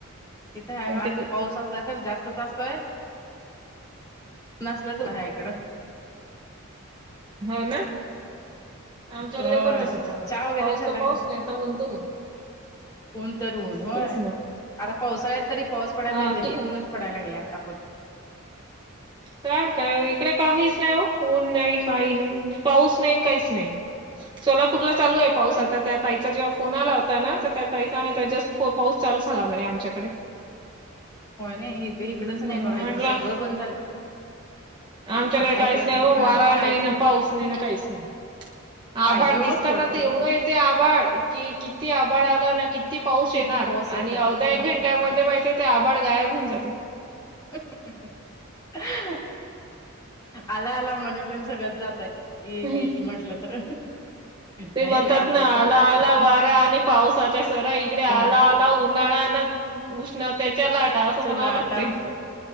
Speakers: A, on the left; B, on the right.
A: तिथे हाय
B: कारण की
A: पाऊस असला तर जास्त जास्तचं असतोय. नसल तर बाया इकड
B: हो ना. आमच्याकडे
A: होय
B: पण तसच आहे
A: चहा वगैरे
B: पाऊस
A: झाला
B: तर पाऊस
A: का
B: नाही तर ऊन त ऊन.
A: ऊन तर ऊन होय
B: तेच ना
A: आता पावसाळ्यात तरी पाऊस पडायला
B: हा
A: पाहिजे नाही
B: तू
A: ऊनच पडायला लागले आता पण.
B: काय काय इकडे काहीच नाही हो ऊन नाही काही नाही पाऊस नाही न काहीच नाही. सोलापूरला चालू आहे पाऊस
A: होय
B: आता त्या ताईचा जेव्हा फोन आला होता ना त्या ताई सांगत जस्ट पाऊस चालू झाला म्हने आमच्याकडे.
A: होय नाही
B: हम्
A: इथ इकडच नाही बघा इकडं
B: मला.
A: सगळं झालं.
B: आमच्याकडे
A: आता
B: काहीच
A: इकड
B: नाही हो
A: हा
B: वारा
A: काहीच
B: नाही ना पाऊस नाही ना काहीच नाही.
A: पाहिजे
B: आभाड
A: हो
B: दिसताना
A: थोडं
B: तर
A: तरी
B: एवढं येते आभाड कि किती आभाड आलं ना किती ती पाऊस
A: किती
B: येणार
A: पाऊस येत
B: आणि
A: आहे
B: अवधदा एक
A: हम्म
B: घंट्यामध्ये माहिती ते आभाड गायब होऊन जाते
A: <unintelligible> आला आला मणेपर्यंत सगळंच जातय येईल
B: हम्म.
A: येईल म्हंटलं तर.
B: ते
A: नाही
B: म्हणतात
A: लय अवघड
B: ना
A: झालं
B: आला
A: हम्म,
B: आला वारा आणि पावसाच्या सरा इकडे आला
A: दहा
B: आला उन्हाळा न उष्णतेच्या लाटा असं
A: चला
B: म्हणावं लागतय.
A: आता असं